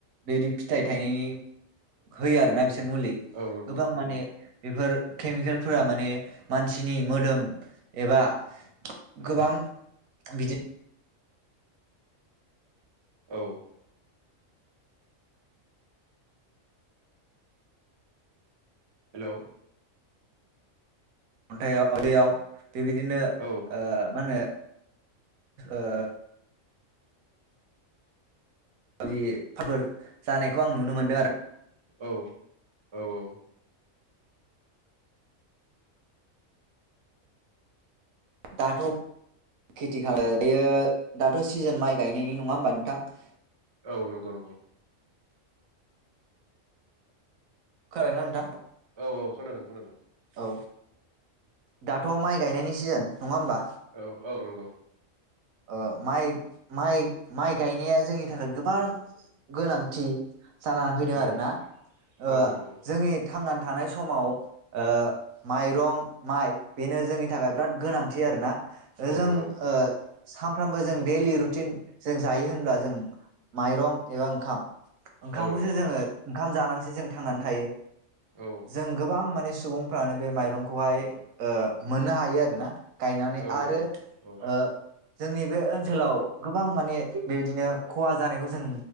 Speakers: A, on the right; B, on the right.
A: बिदि फिथाइ थायनायनि होयो आरोना बिसोर मुलि
B: औ नंगौ
A: गोबां
B: नंगौ
A: माने बेफोर खेमिकेलफोरा माने मानसिनि मोदोम एबा गोबां बिदि
B: औ। हेलौ
A: <unintelligible> बेबायदिनो
B: औ
A: ओ मा होनो ओ <unintelligible> जानायखौ आं नुनो मोनदों आरो
B: औ औ औ।
A: दाथ' खेथि <unintelligible> दाथ' सिजोन माइ गायनायनि नङा होमबा नोंथां।
B: औ नंगौ नंगौ।
A: खोनादोंना नोंथां?
B: औ औ खोनादों खोनादों
A: औ। दाथ' माइ गायनायनि सिजोन। नङा होमबा?
B: औ औ नंगौ
A: ओ माइ माइ माइ गायनाया जोंनि थाखाय गोबां गोनांथि जाना फैदों
B: औ
A: आरोना ओ
B: औ नंगौ
A: जोंनि थांनान थानाय समाव ओ माइरं माइ बेनो जोंनि थाखाय बिराद गोनांथि आरोना।
B: औ
A: जों
B: नंगौ नंगौ
A: ओ सानफ्रामबो जों डेलि रुटिन जों जायो होनब्ला जों माइरं एवा ओंखाम ओंखामखौसो
B: औ नंगौ
A: जोङो ओंखाम जानानैस जों थांनानै थायो।
B: औ
A: जों गोबां माने सुबुंफ्रानो बे माइरंखौहाय ओ मोननो हायो आरोना। गायनानै
B: औ
A: आरो
B: नंगौ औ
A: ओ जोंनि बे ओनसोलाव गोबां माने बेबायदिनो खहा जानायखौ जों